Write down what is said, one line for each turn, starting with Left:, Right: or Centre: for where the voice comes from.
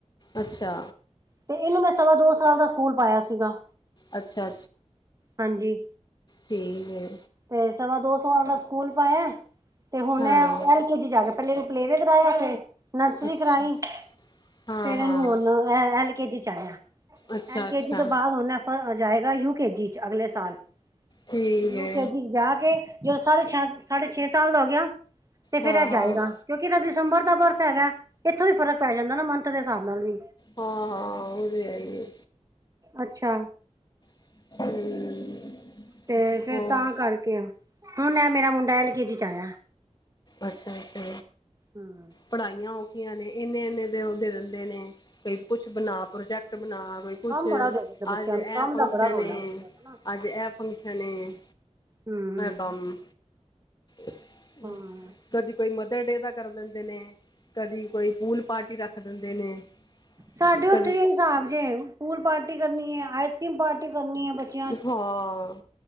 Left: ਅੱਛਾ
Right: ਤੇ ਇਹਨੂੰ ਮੈਂ ਸਵਾ ਦੋ ਸਾ- ਸਾਲ ਦਾ ਸਕੂਲ ਪਾਇਆ ਸੀਗਾ-
Left: ਅੱਛਾ-ਅੱਛਾ
Right: ਹਾਂਜੀ
Left: ਠੀਕ ਏ।
Right: ਤੇ ਸਵਾ ਦੋ ਸਾਲ ਦਾ ਸਕੂਲ ਪਾਇਆ ਤੇ ਹੁਣ
Left: ਹਾਂ
Right: ਐਲ ਕੇ ਜੀ ਜਾ ਕੇ- ਪਹਿਲੇ ਨੂੰ ਪਲੇਅ ਵੇਅ ਕਰਾਇਆ ਹਲੇ। ਨਰਸਰੀ
Left: ਅੱਛਾ
Right: ਕਰਾਈ ਫੇਰ
Left: ਹਾਂ ਹਾਂ
Right: ਇਹਨੂੰ ਹੁਣ ਐਲ ਕੇ ਜੀ ਚ ਆਇਆ-
Left: ਅੱਛਾ
Right: ਐਲ ਕੇ
Left: ਅੱਛਾ
Right: ਜੀ ਤੋਂ ਬਾਅਦ ਹੁਣ ਜਾਏਗਾ ਯੂਕੇ ਜੀ ਚ ਅਗਲੇ ਸਾਲ
Left: ਠੀਕ
Right: ਯੂ
Left: ਏ।
Right: ਕੇ ਜੀ ਜਾ ਕੇ ਜਦ ਸਾਢੇ ਛੇ ਸਾਢੇ ਛੇ ਸਾਲ ਦਾ ਹੋ ਗਿਆ। ਤੇ ਫੇਰ
Left: ਹਾਂ
Right: ਆ
Left: ਹਾਂ
Right: ਜਾਏਗਾ ਕਿਉਂਕਿ ਇਹਨਾਂ ਦੀ- ਦਸੰਬਰ ਦਾ ਬਰਥ ਹੈਗਾ ਇੱਥੋਂ ਵੀ ਫਰਕ ਪੈ ਜਾਂਦਾ ਨਾ ਮੰਥ ਦੇ ਹਿਸਾਬ ਨਾਲ ਵੀ-
Left: ਹਾਂ ਹਾਂ, ਉਹ ਤੇ ਹੈ ਹੀ ਐ-
Right: ਅੱਛਾ,
Left: ਹੂੰ,
Right: ਤੇ ਫੇਰ
Left: ਹਾਂ
Right: ਤਾਂ ਕਰਕੇ ਹੁਣ ਮੇਰਾ ਮੁੰਡਾ ਐਲ ਕੇ ਜੀ ਆਇਆ-
Left: ਅੱਛਾ-ਅੱਛਾ
Right: ਹੂੰ
Left: ਪੜ੍ਹਾਈਆਂ ਨੇ ਇੰਨੇ ਇੰਨੇ ਏਦੇ ਉਹਦੇ ਦਿੰਦੇ ਨੇ ਕੀ ਕੁਛ ਬਣਾ ਪ੍ਰੋਜੈਕਟ- ਬਣਾ ਕੋਈ ਕੁਛ
Right: ਕੰਮ ਬੜਾ ਦੇ ਦਿੰਦੇ ਬੱਚਿਆਂ
Left: ਅੱਜ ਐ
Right: ਨੂੰ ਕੰਮ
Left: ਫੰਕਸ਼ਨ
Right: ਦਾ ਬੜਾ ਰੋਲਾ
Left: ਐ-
Right: ਬੱਚਿਆਂ ਦਾ ਨਾ
Left: ਅੱਜ ਇਹ ਫੰਕਸ਼ਨ ਏ
Right: ਹੂੰ
Left: ਕੰਮ- ਹੂੰ,
Right: ਹਾਂ
Left: ਕਦੀ ਕੋਈ ਮਦਰ ਡੇ ਦਾ ਕਰ ਲੈਂਦੇ ਨੇ ਕਦੀ ਕੋਈ ਪੂਲ ਪਾਰਟੀ ਰੱਖ ਦਿੰਦੇ- ਨੇ
Right: ਸਾਡੇ ਉੱਥੇ
Left: ਕਦੇ
Right: ਵੀ ਏਹੀ ਸਾਬ ਜੇ ਪੂਲ ਪਾਰਟੀ ਕਰਨੀ ਐ ਆਈਸ ਕਰ੍ਰੀਮ ਪਾਰਟੀ ਕਰਨੀ ਐ ਬੱਚੇ-
Left: ਹਾਂ,